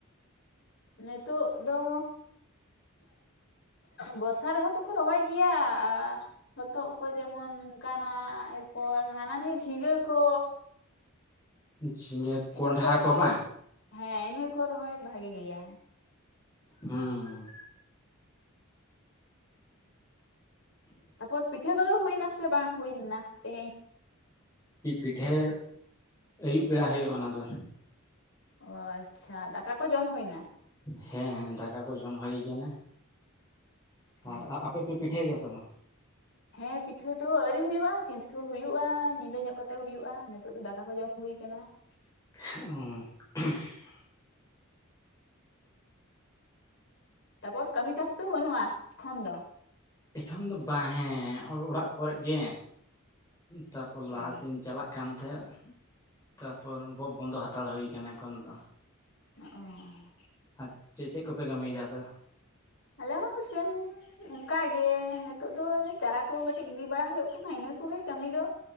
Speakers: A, on the left; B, on the left.
A: ᱱᱤᱛᱳ ᱫᱚ ᱵᱚᱨᱥᱟ ᱨᱮᱦᱚᱸ ᱛᱚᱠᱚ ᱨᱚᱦᱚᱭ ᱜᱮᱭᱟ ᱦᱚᱛᱚᱫ ᱠᱚ ᱡᱮᱢᱚᱱ ᱚᱱᱠᱟ ᱮᱨᱯᱚᱨ ᱦᱟᱱᱟ ᱱᱤᱭᱟᱹ ᱡᱷᱤᱸᱜᱟᱹ ᱠᱚ
B: ᱡᱷᱤᱸᱜᱟᱹ ᱠᱚᱸᱰᱷᱟ
A: ᱤᱱᱟᱹ ᱨᱚᱦᱚᱭ
B: ᱠᱚ ᱵᱟᱝ
A: ᱦᱮᱸ ᱤᱱᱟᱹ ᱠᱚ ᱨᱚᱦᱚᱭ ᱵᱷᱟᱜᱤ ᱜᱮᱭᱟ
B: ᱦᱮᱸ
A: ᱛᱟᱯᱚᱨ ᱯᱤᱴᱷᱟᱹ ᱠᱚᱫᱚ ᱦᱩᱭᱱᱟᱥ ᱵᱟᱝ ᱦᱩᱭᱱᱟ ᱛᱮᱦᱮᱧ
B: ᱯᱤᱴᱷᱟᱹ ᱟᱹᱭᱩᱵ ᱵᱮᱲᱟ ᱦᱩᱭᱩᱜᱼᱟ ᱚᱱᱟ ᱫᱚ
A: ᱚ ᱟᱪᱪᱷᱟ ᱫᱟᱠᱟ ᱠᱚ ᱡᱚᱢ ᱦᱩᱭᱱᱟ
B: ᱦᱮᱸ ᱫᱟᱠᱟ ᱠᱚ ᱡᱚᱢ ᱦᱩ ᱠᱟᱱᱟ
A: ᱚ
B: ᱟᱨ ᱟᱯᱮ ᱯᱮ ᱯᱤᱴᱷᱟᱹᱭᱮᱫᱟ ᱥᱮ ᱵᱟᱝ
A: ᱦᱮᱸ ᱯᱤᱴᱷᱟᱹ ᱫᱚ ᱟᱹᱣᱨᱤ ᱦᱩᱭᱩᱜᱼᱟ ᱠᱤᱱᱛᱩ ᱦᱩᱭᱩᱜᱼᱟ ᱧᱤᱫᱟᱹ ᱧᱚᱜ ᱠᱟᱛᱮᱜ ᱦᱩᱭᱩᱜᱼᱟ ᱱᱤᱛᱳ ᱫᱚ ᱫᱟᱠᱟ ᱠᱚ ᱡᱚᱢ ᱦᱩᱭᱩᱜᱼᱟ ᱦᱩᱭ ᱠᱟᱱᱟ
B: ᱚ
A: ᱛᱟᱨᱯᱚᱨ ᱠᱟᱹᱢᱤ ᱠᱟᱥ ᱫᱚ ᱵᱟᱹᱱᱩᱜᱼᱟ ᱮᱠᱷᱚᱱ ᱫᱚ
B: ᱮᱠᱷᱚᱱ ᱫᱚ ᱵᱟᱝ ᱦᱮᱸ ᱚᱲᱟᱜ ᱠᱚᱨᱮ ᱜᱮ ᱛᱟᱯᱚᱨ ᱞᱟᱦᱟᱛᱤᱧ
A: ᱚ
B: ᱪᱟᱞᱟᱜ ᱠᱟᱱᱟ ᱛᱮ ᱛᱟᱨᱯᱚᱨ ᱵᱳ ᱵᱚᱱᱫᱚ ᱦᱟᱛᱟᱲ ᱦᱩᱭ ᱠᱟᱱᱟ ᱮᱠᱷᱚᱱ ᱫᱚ
A: ᱚ
B: ᱟᱨ ᱪᱮᱫ ᱪᱮᱫ ᱠᱚᱯᱮ ᱠᱟᱹᱢᱤᱭᱮᱫᱟ ᱟᱯᱮ ᱫᱚ
A: ᱟᱞᱮ ᱦᱚᱸ ᱥᱮᱢ ᱚᱱᱠᱟᱟᱜᱮ ᱱᱤᱛᱳᱜ ᱫᱚ ᱪᱟᱨᱟ ᱠᱚ ᱠᱟᱹᱴᱤᱡ ᱜᱤᱰᱤ ᱵᱟᱲᱟ ᱦᱩᱭᱩᱜ ᱠᱟᱱᱟ ᱤᱱᱟᱹ ᱚᱱᱟ ᱠᱚᱜᱮ ᱠᱟᱹᱢᱤ ᱫᱚ